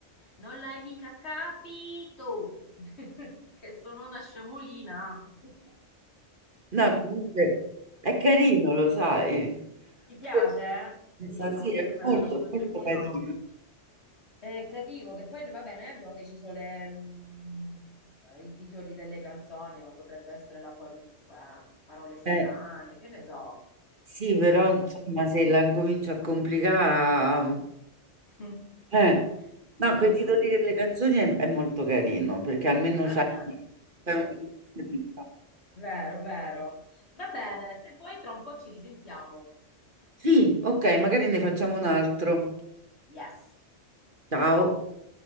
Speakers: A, on the left; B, on the right.
A: Non l'hai mica capito <laughs> che sono una scemolina. <laughs>
B: No, comunque è carino, lo sai.
A: Mi piace,
B: Pure-
A: eh? Carino,
B: Sì,
A: sì,
B: è
A: è vero,
B: molto,
A: sto
B: molto
A: giochino
B: carino.
A: Eh, creativo, che poi vabbè, noi abbiamo deciso le, mm, i titoli delle canzoni, ma potrebbe essere la qualunque, eh. Parole strane,
B: Eh,
A: che ne so.
B: sì, però insomma,
A: La-
B: se la incomincio a complicare...
A: <laughs>
B: Eh, no,
A: È difficile.
B: quei titoli delle canzoni è, è molto carino, perché almeno
A: Ah,
B: c'hai
A: ah,
B: c'hai un...
A: vero, vero. Va bene, se vuoi tra un po' ci risentiamo.
B: Sì, ok, magari ne facciamo un altro.
A: Yes.
B: Ciao.